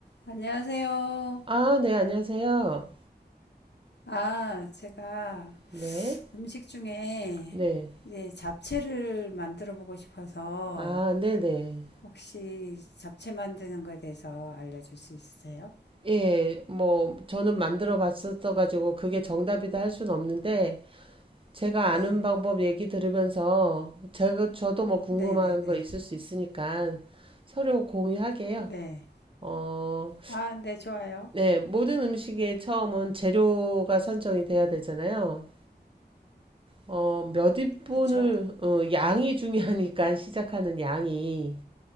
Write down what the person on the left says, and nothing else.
안녕하세요.
아, 제가
음식 중에
이제 잡채를 만들어 보고 싶어서
혹시 잡채 만드는 거에 대해서 알려줄 수 있으세요?
네,
네, 네, 네,
네.
아, 네, 좋아요.
그쵸?